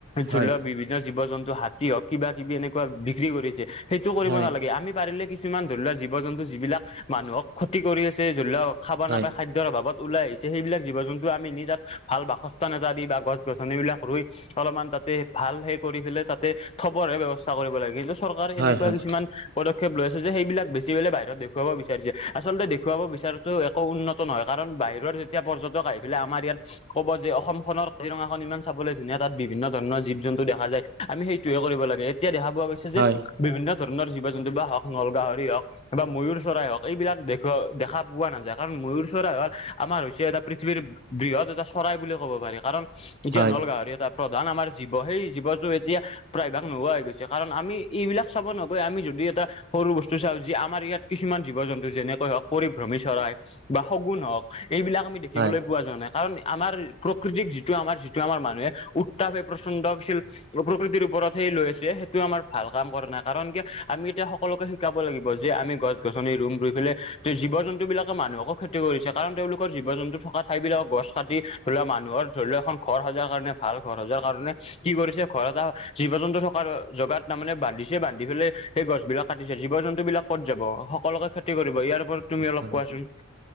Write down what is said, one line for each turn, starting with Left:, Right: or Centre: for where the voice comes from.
Left: ধৰি
Right: হয়
Left: লোৱা বিভিন্ন জীৱ - জন্তু হাতী হওক কিবা কিবি এনেকুৱা বিক্ৰী কৰিছে। সেইটো কৰিব
Right: হয়
Left: নালাগে। আমি পাৰিলে কিছুমান ধৰি লোৱা জীৱ - জন্তু যিবিলাক মানুহক ক্ষতি কৰি আছে। ধৰি লওক খাবা
Right: হয়
Left: নাপায় খাদ্য। ৰ অভাৱত ওলাই আহিছে সেইবিলাক জীৱ- জন্তু আমি নি তাত ভাল বাসস্থান এটা দি বা গছ - গছনিবিলাক ৰুই অলপমান তাতে ভাল সেই কৰি পেলে তাতে থবৰ হে ব্যয়ৱস্থা কৰিব লাগে কিন্তু চৰকাৰ সেনেকুৱা
Right: হয় হয়
Left: কিছুমান পদক্ষেপ লৈছে যে সেইবিলাক বেছি পেলে বাহিৰত দেখুৱাব। বিচাৰিছে। আচলতে দেখুৱাব বিচাৰাটো একো উন্নত নহয় কাৰণ বাহিৰৰ যেতিয়া পৰ্যটক আহি পেলে আমাৰ ইয়াত ক'ব যে, অসমখনৰ কাজিৰঙাখন ইমান চাবলৈ ধুনীয়া। তাত বিভিন্ন ধৰণৰ জীৱ - জন্তু দেখা যায়। আমি সেইটোহে কৰিব লাগে। এতিয়া দেখা পোৱা গৈ ছে যে
Right: হয়
Left: বিভিন্ন ধৰণৰ জীৱ জন্তু বা হওক নল গাহৰি হওক বা ময়ূৰ চৰাই হওক। এইবিলাক দেখুৱ দেখা পোৱা নাযায় কাৰণ ময়ূৰ চৰাই হল আমাৰ হৈছে এটা পৃথিৱীৰ বৃহৎ এটা চৰাই বুলি ক'ব পাৰি। কাৰণ এতিয়া
Right: হয়
Left: নল গাঁহৰি এটা প্ৰধান আমাৰ জীৱ। সেই জীৱটো এতিয়া প্ৰায়ভাগ নোহোৱা হৈ গৈছে কাৰণ আমি এইবিলাক চাব নগৈ আমি যদি এটা সৰু বস্তু চাওঁ যি আমাৰ ইয়াত কিছুমান জীৱ জন্তু যেনেকৈ হওক পৰিভ্ৰমী চৰাই বা শগুন হওক, এইবিলাক আমি দেখিবলৈ
Right: হয়
Left: পোৱা যোৱা নাই কাৰণ আমাৰ প্ৰকৃতিক যিটো আমাৰ যিটো আমাৰ মানুহে উত্তাপ হৈ প্ৰচন্দ হৈছিল। প্ৰকৃতিৰ ওপৰত হে লৈ আছে সেইটো আমাৰ ভাল কাম কৰা নাই কাৰণ কিয়? আমি এতিয়া সকলোকে শিকাব লাগিব যে আমি গছ গছনি ৰুম ৰুই পেলেই জীৱ জন্তুবিলাকে মানুহকো ক্ষতি কৰিছে কাৰণ তেওঁলোকৰ জীৱ জন্তু থকা ঠাইবিলাকক গছ কাটি ধোলা মানুহৰ ধৰি লোৱা এখন ঘৰ সজাৰ কাৰণে ভাল ঘৰ সজাৰ কাৰণে কি কৰিছে ঘৰ এটা জীৱ জন্তু থকাৰ জগাত তামানে বান্ধিছে বান্ধি ফেলে সেই গছবিলাক কাটিছে, জীৱ জন্তু বিলাক ক'ত যাব? সক সকলোকে ক্ষতি কৰিব। ইয়াৰ ওপৰত তুমি অলপ
Right: হয়
Left: কোৱাচোন